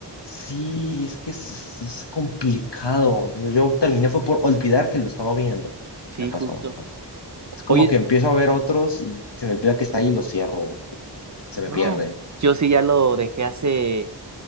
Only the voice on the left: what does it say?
Sí, es que es, es- es complicado. Yo terminé fue por olvidar que lo estaba viendo.
Me pasa
bastante. Es como
que empiezo a ver otros y se me olvida que está ahí y lo cierro. Se me
pierde.